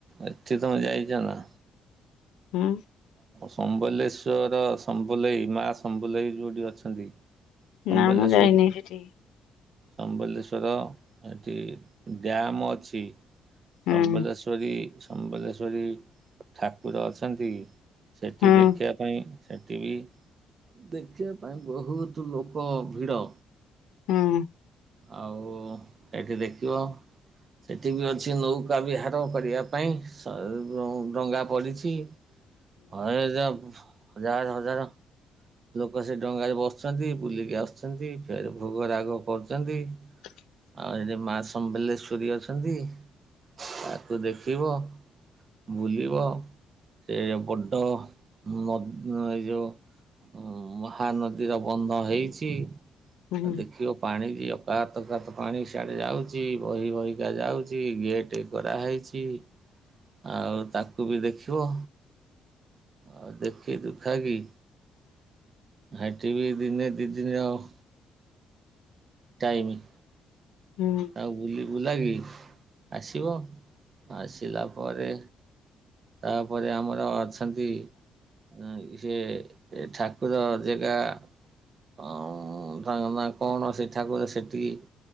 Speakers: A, on the right; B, on the left.
A: ଏଠି ତମେ ଯାଇଛ ନା?
B: ହୁଁ।
A: ସମ୍ବଲେଶ୍ଵର ସମ୍ବଲେଇ ମା ସମ୍ବଲେଇ ଯୋଉଠି ଅଛନ୍ତି। ସମ୍ବଲେଶ୍ଵରୀ।
B: ନା ମୁଁ ଯାଇନି ସେଠି
A: ସମ୍ବଲେଶ୍ୱର ସେଠି ଡ୍ୟାମ୍ ଅଛି।
B: ହୁଁ
A: ସମ୍ବଲେଶ୍ଵରୀ ସମ୍ବଲେଶ୍ଵରୀ ଠାକୁର ଅଛନ୍ତି। ସେଠି
B: ହୁଁ
A: ଦେଖିବା ପାଇଁ ସେଠି ବି ଦେଖିବା ପାଇଁ ବହୁତ ଲୋକ ଭିଡ଼।
B: ହୁଁ।
A: ଆଉ ଏଠି ଦେଖିବ ସେଠି ବି ଅଛି ନୌକା ବିହାର କରିବା ପାଇଁ ସ ଡଙ୍ଗା ପଡ଼ିଛି। <unintelligible> ହଜାର ହଜାର ଲୋକ ସେ ଡଙ୍ଗାରେ ବସିଛନ୍ତି ବୁଲିକି ଆସୁଛନ୍ତି ଫେରେ ଭୋଗ ରାଗ କରୁଛନ୍ତି।
B: <inaudible>
A: ଆଉ ଏଠି ମା ସମ୍ବଲେଶ୍ଵରୀ ଅଛନ୍ତି, ତାକୁ ଦେଖିବ। ବୁଲିବ ସେ ବଡ଼ ନ ଏଇ ଯୋଉ ଉ ମହାନଦୀର ବନ୍ଧ ହେଇଛି ଆଉ
B: ହୁଁ
A: ଦେଖିବ ପାଣି ବି ଅକାତ ଅକାତ ପାଣି ସିଆଡେ ଯାଉଛି, ବହି ବହିକା ଯାଉଛି ଗେଟ୍ କରା ହେଇଛି। ଚି ଆଉ ତାକୁ ବି ଦେଖିବ। ଆଉ ଦେଖି ଦୁଖା କି ହେଁଟିଭି ଦିନେ ଦିଇ ଦିନ ଆଉଁ। ଟାଇମି।
B: ହୁଁ।
A: ତାକୁ ବୁଲି ବୁଲାକି ଆସିବ। ଆସିଲା ପରେ ତାପରେ ଆମର ଅଛନ୍ତି ନୁହଁ କି ସିଏ ଠାକୁର ଜେଗା। ଅଁ ଅଁ ଅଁ ତାଙ୍କ ନାଁ କଣ ସେ ଠାକୁର ସେଠିଁ?